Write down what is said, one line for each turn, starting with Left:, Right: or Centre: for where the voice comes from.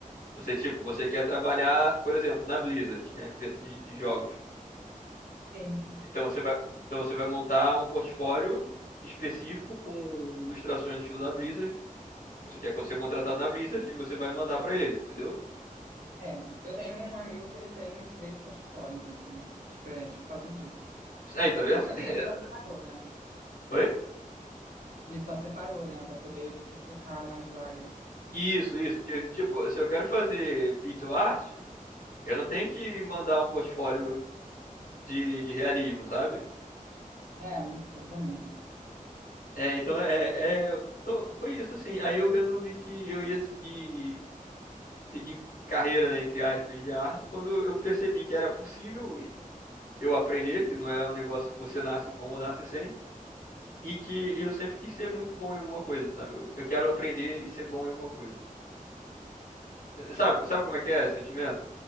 Left: Você, tipo, você quer trabalhar, por exemplo, na Blizzard, que é a empresa de, de jogos.
Right: Sim,
Left: Então você vai, então você vai montar um portfólio específico com ilustrações no estilo da Blizzard. Você quer ser contratado na Blizzard e você vai mandar pra eles, entendeu?
Right: é. Eu tenho um amigo que ele tem uns três portfólios, assim, diferentes por causa disso.
Left: <laughs> Aí, tá vendo?
Right: Assim,
Left: <laughs>
Right: ele só separou, né?
Left: Oi?
Right: Ele só separou, né, pra poder, tipo, focar nas vagas.
Left: Isso, isso. Porque, tipo, se eu quero fazer pixel art, eu não tenho que mandar um portfólio de, de realismo, sabe?
Right: É, exatamente.
Left: É, então é, é- então, foi isso assim. Aí eu resolvi que eu ia seguir seguir carreira, né, entre aspas, de arte, quando eu percebi que era possível eu aprender, que não é um negócio que você nasce com ou nasce sem, e que eu sempre quis ser muito bom em alguma coisa, sabe? Eu, eu quero aprender e ser bom em alguma coisa. Eh, Sabe, sabe como é que é esse sentimento?